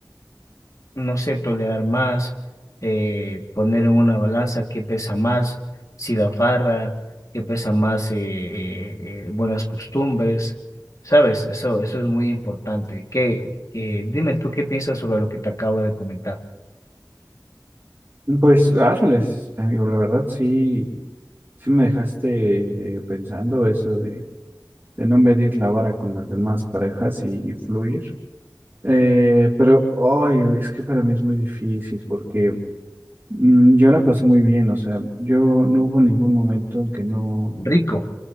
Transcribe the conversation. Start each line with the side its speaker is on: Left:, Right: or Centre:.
Left: no sé, tolerar más, eh, poner en una balanza qué pesa más, si la farra, qué pesa más, eh, eh, eh, buenas costumbres, ¿sabes? Eso, eso es muy importante. ¿Qué, qué- dime tú qué piensas sobre lo que te acabo de comentar.
Right: Pues árales, amigo, la verdad sí, sí me dejaste eh, pensando eso de, de no medir la vara con las demás parejas y, y fluir. Eh, pero, ay, es que para mí es muy difícil porque mm, yo la pasé muy bien, o sea, yo no hubo ningún momento en que no,
Left: Rico,